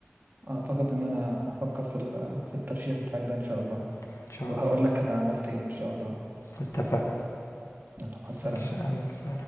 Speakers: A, on the right (about 45°); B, on the left (about 85°).
A: اعتقد ان انا هفكر في ال- في الترشيح بتاعك ده ان شاء الله
B: إن شاء
A: وهقول
B: الله
A: لك انا عملت ايه ان شاء الله
B: اتفقنا
A: يلا مع السلامة
B: مش أنسى